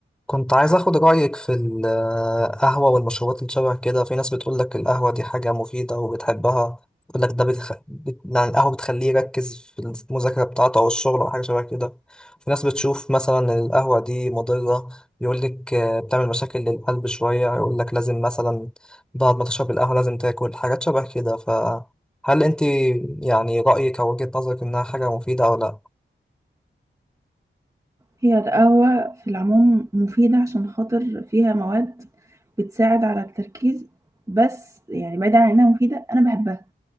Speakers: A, in the centre; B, on the right (about 15°).
A: كنت عايز اخد رأيك في القهوة والمشروبات اللي شبه كده في ناس بتقول لك القهوة دي حاجة مفيدة وبتحبها بتقول لك ده بتخ... بت... يعني القهوة بتخليه يركز في المذاكرة بتاعته او الشغل او حاجة شبه كده في ناس بتشوف مثلا القهوة دي مضرة يقول لك آه، بتعمل مشاكل للقلب شوية يقول لك لازم مثلا بعد ما تشرب القهوة لازم تاكل حاجات شبه كده فهل انت يعني رأيك او وجهة نظرك انها حاجة مفيدة او لا؟
B: هي القهوة في العموم مفيدة عشان خاطر فيها مواد بتساعد على التركيز بس يعني بعيد عن إنها مفيدة أنا بحبها